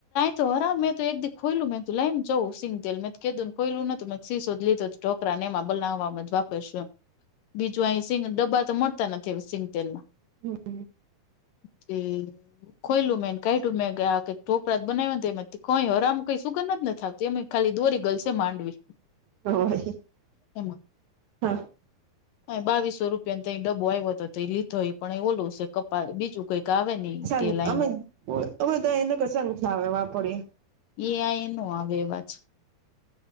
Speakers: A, on the left; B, on the right.
A: તો હરા મેં તો એક દી ખોલું મેં તું લઈ ને જઉં સિંગતેલ મેં કીધુંનેયલું નતું મેં સીશોધ લીધું. ઢોકળા ને આમ બોલવા વધવા <unintelligible> બીજું અહીં સિંગ ડબ્બા તો મળતા નથી સિંગતેલ ના.
B: હમ્મ.
A: તે ખોયલું મે કાયધુ મે આ ઠોકરા જ બનાવ્યા કઈ હરામ કઈ સુગંધ જ ના થી આવતી. જેમ ખાલી દોરી ગલસે માંડવી.
B: <unintelligible>
A: એમાં.
B: હા.
A: અ બાવીસો રૂપિયા ને તઈ ડાબુ આવ્યો હતો તો લીધો એ પણ એ ઓલું કપ બીજું કંઈક આવે ને ઈ
B: શ
A: તે લાઈન
B: અમે અવે તો એને કશ આવે વાપરીએ.
A: એ આઈ નો આવે આવજ.